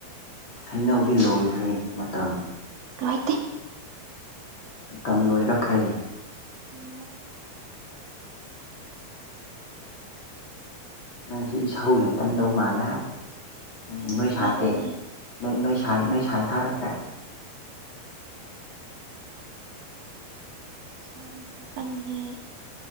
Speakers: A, on the left; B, on the right.
A: ꯍꯩꯅꯧꯗꯤ ꯂꯣꯏꯈ꯭ꯔꯦ ꯃꯇꯝ
B: ꯂꯣꯏꯇꯦ
A: ꯃꯇꯝ ꯂꯣꯏꯔꯛꯈ꯭ꯔꯦ
B: ꯌꯥꯏꯅꯦ
A: ꯅꯪꯁꯨ ꯏꯁꯧ ꯌꯥꯝ ꯀꯟꯗꯧ ꯃꯥꯜꯂꯦ ꯎꯝ
B: ꯏꯁꯩ ꯌꯥꯝ
A: ꯅꯣꯏ ꯁꯥꯏꯗꯦ
B: ꯀꯜꯂꯦ
A: ꯅꯣꯏ ꯅꯣꯏ ꯁꯥꯏ ꯅꯣꯏ ꯁꯥꯏ ꯊꯥꯔꯛꯈ꯭ꯔꯦ
B: ꯏꯁꯧꯗꯤ ꯈꯔ ꯀꯟꯕꯤꯅꯦ